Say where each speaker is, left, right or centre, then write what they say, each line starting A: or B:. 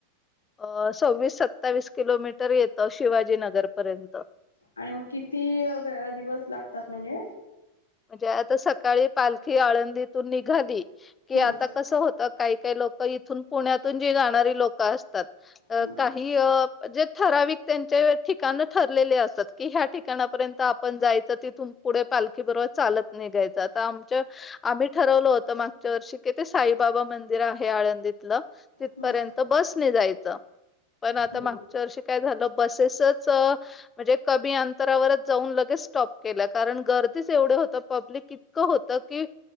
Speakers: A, on the left; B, on the left.
A: अ सव्वीस सत्तावीस किलोमीटर येतं शिवाजीनगरपर्यंत
B: आणि मग किती दिवस लागतात म्हणजे?
A: म्हणजे आता सकाळी पालखी आळंदीतून निघाली कि
B: हं
A: आता कसं होतं काही काही लोक इथून पुण्यातून जी जाणारी लोक असत अ
B: हं
A: काही अ जे ठराविक त्यांचे ठिकाण ठरलेले असतात की ह्या ठिकाणापर्यंत आपण जायचं तिथून पुढे पालखी बरोबर चालत नाही घ्यायच आता आमच्या आम्ही ठरवलं होतं मागच्या वर्षी कि ते साईबाबा मंदिर आहे आळंदीतलं तिथपर्यंत
B: हं
A: बसने जायचं पण आता
B: हं
A: मागच्या वर्षी काय झालं बसेसच म्हणजे कमी अंतरावरच जाऊन लगेच स्टॉप केल्या कारण गर्दीच एवढे हो पब्लिक इतकं होत की